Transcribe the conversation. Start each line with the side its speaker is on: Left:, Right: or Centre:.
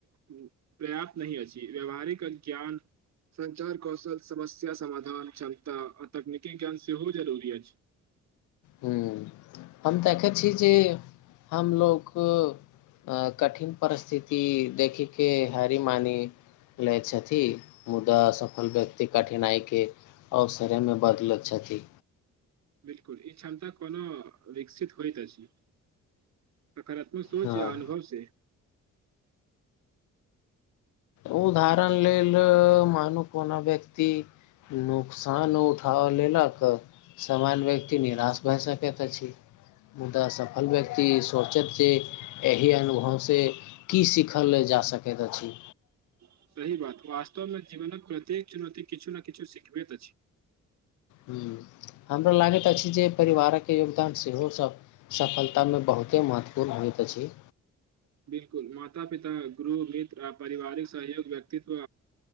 Right: पर्याप्त नहि अछि व्याववहारिक ज्ञान संचार कौशल समस्या समाधान क्षमता आ तकनीकी ज्ञान सेहो जरूरी अछि <inaudible>
Left: ह्म हम देखैत छी जे हमलोक अ कठिन परिस्थिति देख के हारी मान लैत छथि मुदा अ सफल व्यक्ति कठिनाइ के अवसरेमे बदलैत छथि
Right: बिलकुल ई क्षमता कोनो विकसित होइता अछी सकारात्मक सोच
Left: हँ
Right: या अनुभव से
Left: उदाहरण लेल मानू कोना व्यक्ति नुकसान उठा लेलक सामान व्यक्ति निराश भए सकैत अछि मुदा सफल व्यक्ति सोचत जे एहि अनुभवसँ की सीखल अछि जा सकैत अछि
Right: सही बात वास्तवमे जीवनक प्रत्येक चुनौती किछु ने किछु सिखबैत अछि
Left: ह हमरा लागैत अछि जे परिवारक योगदान सेहो सब सफलता मे बहुत ओते महत्वपूर्ण होइत अछि
Right: बिलकुल माता पिता गुरु मित्र आपारिवारिक सहयोग व्यक्तित्व